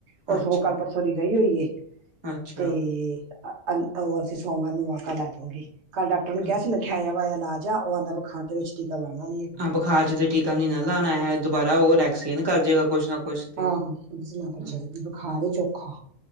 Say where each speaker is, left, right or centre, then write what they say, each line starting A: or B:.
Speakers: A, on the right; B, on the right.
A: ਉਹ
B: ਅੱਛਾ
A: ਸਗੋਂ ਕੱਲ ਪਰਸੋਂ ਦੀ ਗਈ ਹੋਈ ਏ
B: ਅੱਛਾ
A: ਤੇ ਉਹ ਅਸੀਂ ਸੋਮਵਾਰ ਨੂੰ ਮਕਾ ਲੈ ਦਊਗੀ ਕੱਲ੍ਹ ਡਾਕਟਰ ਨੂੰ ਕਿਹਾ
B: ਹਾਂ
A: ਸੀ ਮੈਂ ਕਿਹਾਿਆ ਆਇਆ ਵਾ ਇਲਾਜ ਆ ਉਹਦਾ ਖਾਦ ਦੇ ਵਿੱਚ ਟੀਕਾ ਲਾਣਾ ਨੀ ਹੈ।
B: ਹਾਂ ਬੁਖਾਰ ਚ ਤੇ ਟੀਕਾ ਨੀ ਨਾ ਲਾਉਣਾ ਹੈ। ਦੁਬਾਰਾ ਉਹ ਵੈਕਸੀਨ ਕਰ ਜੇਗਾ ਕੁਛ ਨਾ ਕੁਛ ਤੇ
A: ਆਹੋਚ
B: ਹੂੰ,
A: ਬੁਖਾਰ ਚੋਖਾ